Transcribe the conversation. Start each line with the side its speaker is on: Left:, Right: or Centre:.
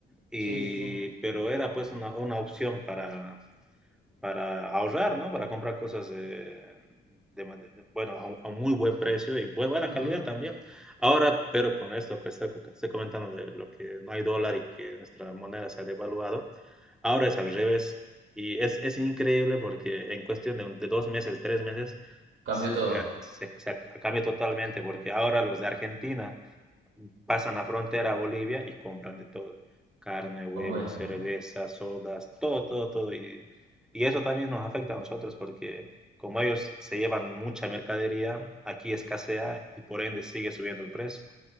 Centre: Y,
Right: Sí, sí, sí.
Centre: pero era pues una, una opción para, para ahorrar, ¿no? Para comprar cosas eh, de, ma- de- bueno, a, un a un muy buen precio y bu- buena
Right: Ujú.
Centre: calidad también. Ahora, pero con esto que, está- que te estoy comentando de lo que no hay dólar y que nuestra moneda se ha devaluado, ahora es al revés. Y es, es increíble porque en cuestión de, un- de dos meses, tres meses,
Right: Cambió
Centre: se,
Right: todo,
Centre: se- se cambia totalmente porque ahora los de Argentina pasan la frontera a Bolivia y compran de todo, carne, huevos,
Right: como es,
Centre: cerveza,
Right: ¿no?
Centre: sodas, todo, todo, todo. Y, y eso también nos afecta a nosotros porque como ellos se llevan mucha mercadería, aquí escasea y por ende sigue subiendo el precio.